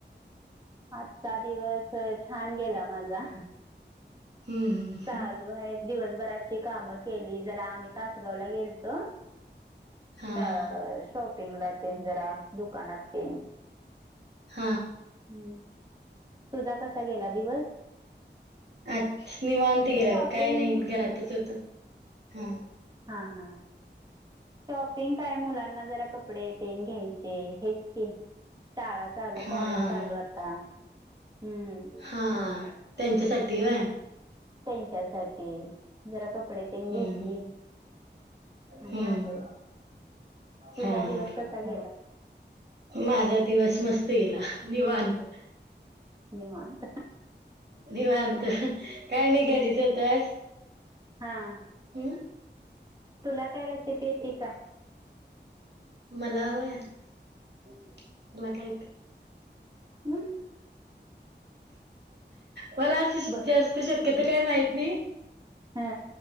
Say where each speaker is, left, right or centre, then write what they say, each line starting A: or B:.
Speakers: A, on the right; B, on the right.
A: आजचा दिवस छान गेला माझा.
B: हम्म हम्म.
A: चालू आहेत दिवसभराची कामं केली जरा आम्ही तासगावला गेलतो
B: हा
A: अ
B: हा
A: शॉपिंग ला तेन जरा दुकानात तेन
B: हम.
A: हम्म. तुझा कसा गला दिवस.
B: अच निवांत गरा
A: शॉपिंग
B: काय नाही घरातच होत हा
A: हा हा. शॉपिंग काय मुलांना जरा कपडे तेन घ्यायचे हेच क शाळा चालू
B: हा
A: कॉलेज चालू
B: हा
A: आता. हम्म
B: हा. त्यांच्यासाठी व
A: त्यांच्या सा जरा कपडे त्यांनी
B: हम्म
A: घेतली. आणि
B: हम्म.
A: आलो तुझा
B: हा
A: दिवस
B: हा
A: कसा गेला
B: माझा दिवस मस्त सला निव अत
A: धन्यवाद
B: निवांत काय नाही घरीच होत आज
A: हां
B: हम्
A: तुला काय रेसिपी येते का?
B: मला होय मला कायत
A: हम्.
B: मला असशी
A: बर
B: जास्त शक्यत काय माहित नाही.
A: हा